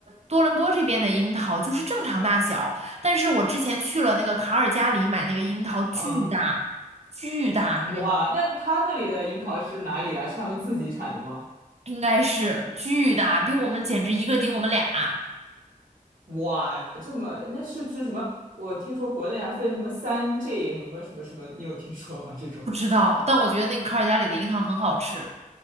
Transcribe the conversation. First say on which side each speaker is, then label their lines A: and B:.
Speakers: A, on the right (about 50°); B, on the right (about 70°).
A: 多伦多这边的樱桃就是正常大小，但是我之前去了那个卡尔加里买那个樱桃，巨大，
B: 嗯，
A: 巨大，
B: 哇，
A: 那个
B: 那他那里的樱桃是哪里的？是他们自己产的吗？
A: 应该是巨大，比我们简直一个顶我们俩，
B: 哇，这么那是不是什么？我听说国内还分什么三 G 什么什么什么，你有听说吗？这种
A: 不知道，但我觉得那个卡尔加里的樱桃很好吃，